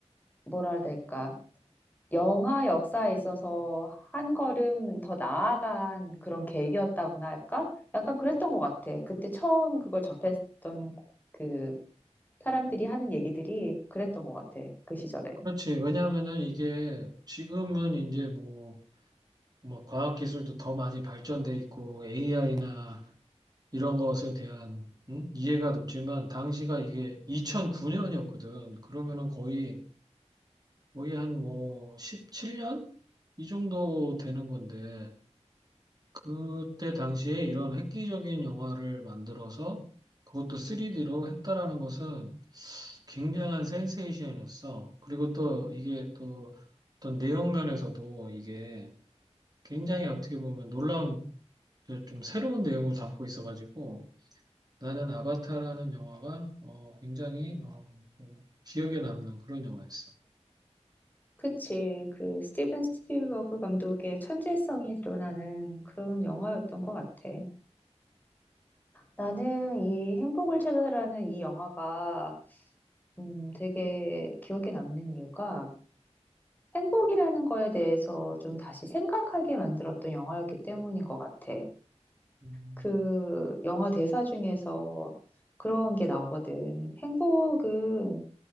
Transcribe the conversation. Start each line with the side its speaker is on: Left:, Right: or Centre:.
Left: 뭐라 해야 될까? 영화 역사에 있어서 한 걸음 더 나아간 그런 계기였다고나 할까? 약간 그랬던 것 같아. 그때 처음 그걸 접했던 그 사람들이 하는 얘기들이 그랬던 것 같아. 그 시절에.
Right: 그렇지. 왜냐하면은 이게 지금은 이제 뭐, 뭐 과학기술도 더 많이 발전돼 있고 AI나 이런 것에 대한 음? 이해가 높지만 당시가 이게 2009년이었거든. 그러면은 거의 거의 한 뭐 17년 이 정도 되는 건데 그때 당시에 이런 획기적인 영화를 만들어서 그것도 3D로 했다라는 것은 굉장한 센세이션이었어. 그리고 또 이게 또 어떤 내용 면에서도 이게 굉장히 어떻게 보면 놀라운 좀 새로운 내용을 담고 있어가지고 나는 아바타라는 영화가 어, 굉장히 어, 좀 기억에 남는 그런 영화였어.
Left: 그치. 그 스티븐 스필버그 감독의 천재성이 드러나는 그런 영화였던 것 같아. 나는 이 행복을 찾아라는 이 영화가 음, 되게 기억에 남는 이유가 행복이라는 거에 대해서 좀 다시 생각하게 만들었던 영화였기 때문인 것 같아.
Right: 음,
Left: 그 영화 대사 중에서 그런 게 나오거든. 행복은